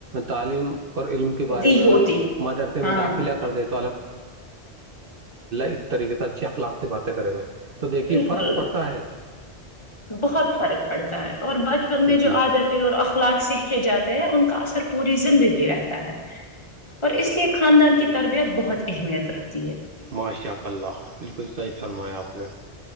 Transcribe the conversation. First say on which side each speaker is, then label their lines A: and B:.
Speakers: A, on the right; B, on the left.
A: تعلیم اور علم کے بارے
B: دی
A: میں
B: ہوتی
A: اگر مدرسے
B: ہاں
A: میں داخلہ کر دیتے اس طریقے سے اچھے اخلاق سے باتیں کریں گے تو دیکھیے
B: بالکل
A: فرق پڑتا ہے
B: بہت فرق پڑتا ہے اور بچپن میں جو
A: جی
B: عادت اور اخلاق سیکھے جاتے ہیں ان کا اثر پوری زندگی رہتا ہے اور اس لیے خاندان کی تربیت بہت اہمیت رکھتی ہے
A: ماشاء اللہ بالکل صحیح فرمایا آپ نے